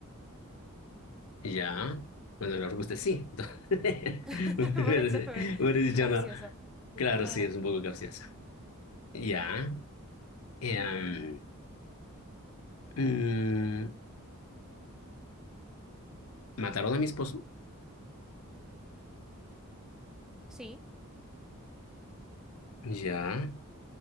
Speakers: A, on the left (about 75°); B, in the centre.
A: Ya, bueno, la respuesta es sí. <laughs> Entonces,
B: <laughs> Por
A: Hubiera
B: eso fue
A: dicho
B: capciosa.
A: no. Claro,
B: Eh,
A: sí, es un poco capciosa. Ya. eh,
B: ujú.
A: mm, ¿mataron a mi esposo?
B: Sí,
A: Ya.